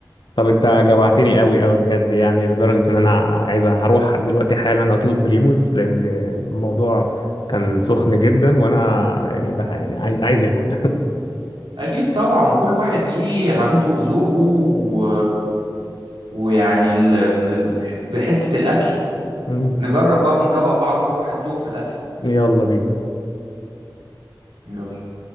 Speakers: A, on the left; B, on the right.
A: طب انت جوعتني قوي قوي بجد يعني لدرجة ان انا عايز هروح دلوقتي حالا اطلب بريموز لان الموضوع كان سخن جدا وانا يعني بقى يعني عايز عايز اكل
B: اكيد طبعا وكل واحد ليه عنده ذوقه و... ويعني ال... ال... ال- بحتة الاكل
A: <laughs> مم.
B: نجرب بقى وندوق بعض كل واحد ذوقه في الأكل
A: يلا بينا
B: يلا